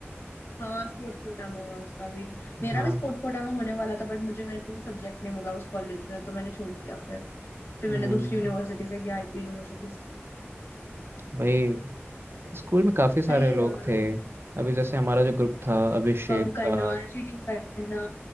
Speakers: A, on the left; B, on the right.
A: हाँ स्पोर्ट्स कोटा में हुआ उसका भी मेरा
B: हाँ
A: भी स्पोर्ट्स कोटा में होने वाला था बट मुझे मेरे को सब्जेक्ट नहीं मिला उस कॉलेज में तो मैंने छोड़ दिया फिर फिर
B: हम्म,
A: मैंने दूसरी यूनिवर्सिटी से किया आईपी यूनिवर्सिटी से
B: भाई स्कूल में काफी सारे
A: सही है
B: लोग
A: यार
B: थे अभी जैसे हमारा जो ग्रुप था अभिषेक
A: बंक करना
B: का
A: चीटिंग करना